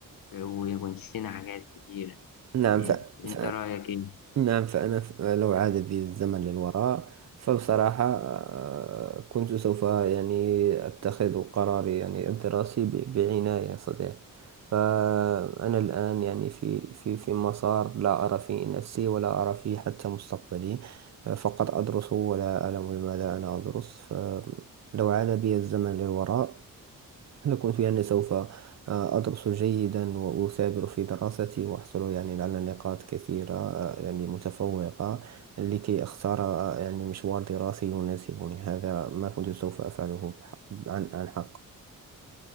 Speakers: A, on the left; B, on the right.
A: و- ونسينا حاجات كتيرة
B: نعم
A: إيه،
B: ف...
A: أنت
B: ف...
A: رأيك إيه؟
B: نعم فأنا ف- لو عاد بي الزمن للوراء فبصراحة آه، كنت سوف يعني أتخذ قراري يعني الدراسي ب- بعناية يا صديقي فأنا الآن يعني في في في مسار لا أرى فيه نفسي ولا أرى فيه حتى مستقبلي آه، فقط أدرس ولا أعلم لماذا أنا أدرس فلو عاد بي الزمن للوراء نكون في أني سوف آه، أدرس جيدا وأثابر في دراستي وأحصل يعني على نقاط كثيرة آه، يعني متفوقة لكي أختار آه، يعني مشوار دراسي يناسبني هذا ما كنت سوف أفعله بح- عن عن حق